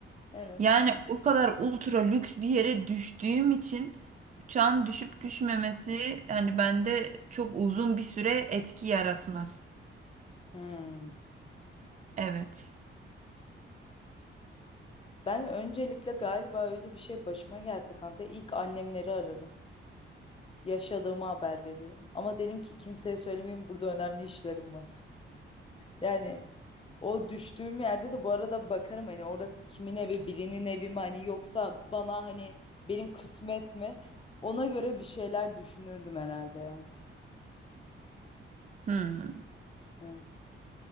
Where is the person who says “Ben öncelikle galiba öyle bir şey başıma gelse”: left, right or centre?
Left